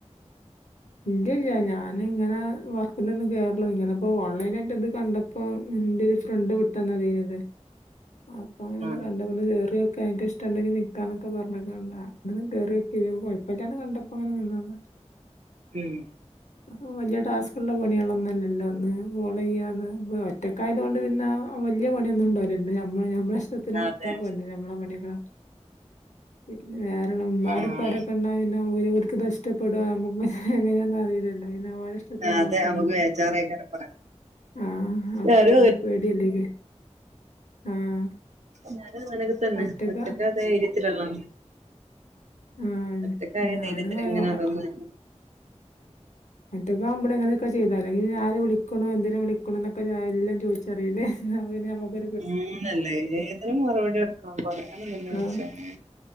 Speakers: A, on the left; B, on the right.
A: ഇല്ല്യല്ല ഞൻ ഇങ്ങനെ വർക്ക്നൊന്നും കേറലില്ല ഇങ്ങനെപ്പോ ഓൺലൈനായിട്ട് ഇത് കണ്ട പ്പോ ഇന്റൊരു ഫ്രണ്ട് വിട്ടന്നതേയ്നിത് അപ്പൊ അങ്ങനൊന്ന്
B: ഉം
A: കണ്ടപ്പൊന്ന് കേറിയോക്കെ അൻക്കിഷ്ടണ്ടെങ്കി നിക്കാന്നൊക്കെ പർഞ്ഞ്ക്കാണ്ട് ആ അങ്ങനൊന്ന് കേറ്യോക്കി പിന്നെപ്പൊ കൊയപ്പല്ലാന്ന് കണ്ടപ്പോ അങ്ങനെ നിന്നതാ
B: ഉം
A: ആഹ് വല്ല്യ ടാസ് കള്ള പണിയാളൊന്നല്ലല്ലോ ഒന്ന് കോളെയ്യാ ഒന്ന് ഒറ്റക്കായതോണ്ട് പിന്നെ ആ വല്ല്യ പണിയൊന്നുണ്ടാവൂലല്ലൊ പിന്നെ നമ്മള് നമ്മളെഷ്ടത്തിനിട്ത്താ
B: അതെ
A: പോരേല്ലെ ഞമ്മളെ പണികളെ പിന്നെ വേറള്ള മ്മാര്പ്പാരൊക്കെണ്ടായാ
B: ആഹ്
A: പിന്നെ ഓര്ക്ക്ത്ഷ്ടപ്പെടോ നമ്മക്ക് എങ്ങനെയാന്നറീല്ലല്ലോ പിന്നോലെഷ്ടത്തിന്
B: അതെ
A: നോകണ്ടെ
B: നമുക്ക്
A: മ്മള്
B: ബേജാറേക്കാരം പണി
A: ആഹ് അപ്പൊരു
B: ഞാനും
A: പേടിയല്ലേ ആഹ്
B: ഞാനു അങ്ങനൊക്കെതന്നെ
A: ഒറ്റക്ക
B: ഒറ്റക്കാ ധൈര്യത്തിലാള്ള്
A: ആഹ്
B: ഒറ്റക്കായ
A: ഞാനും
B: ധൈര്യത്തിലിങ്ങനെ
A: പറയും
B: ഓരോന്ന്
A: ഒറ്റക്കാവുമ്പളങ്ങനൊക്കെ ചെയ്താല് അല്ലെങ്കി പിന്നെ ആര് വിളിക്ക്ണ് എന്തിന് വിളിക്ക്ണ്ന്നൊക്കെ എല്ലം ചോയ്ച്ചറീല്ലേ ന്നാ പിന്നെ നമ്മക്ക്
B: ആന്നല്ലേ ഏതിനും മറുപടി കൊട്ക്കണം പറയാന്ന്ണ്ടെങ്കി പടച്ചോനെ
A: ആഹ്